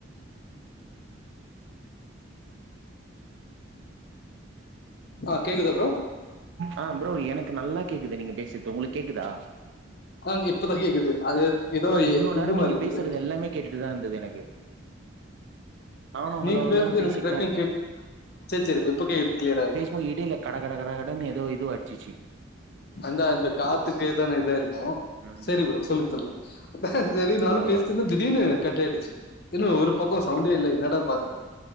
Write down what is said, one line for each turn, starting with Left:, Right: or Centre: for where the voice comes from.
Left: ஆ கேக்குது ப்ரோ
Right: ஆ ப்ரோ எனக்கு நல்லா கேக்குது நீங்க பேசுது உங்களுக்கு கேக்குதா
Left: ஆ இப்பதா கேக்குது அது ஏதோ
Right: ப்ரோ இவ்ளோ நேரோ
Left: இது மாரி
Right: நீங்க
Left: இருக்குது
Right: பேசுறது எல்லாமே கேட்டுட்டுதா இருந்தது எனக்கு நானு
Left: நீங்க
Right: ஹலோ ஹலோன்னு
Left: பேசுறது
Right: பேசிட்டு
Left: எனக்கு டக்குனு
Right: தா இருக்கே
Left: கேக் சேரி சேரி இப்ப இப்ப கேக்குது கிளியரா இருக்கு
Right: போ இடையில கட கட கட கட ன்னு ஏதோ இதுவா அச்சிச்சு
Left: அந்த இந்த காத்துக்கு தான இதா ஆயிருக்கு
Right: ம்
Left: சேரி ப்ரோ சொல்லுங்க சொல்லுங்க அதா
Right: ம்
Left: சேரி
Right: சொல்லுங்க
Left: நானு பேசிட்டுயிருந்த
Right: ப்ரோ
Left: திடீனு கட் ஆயிடுச்சு இல்ல ஒரு பக்கோ சவுண்டே இல்ல என்ன டானு பாத்தே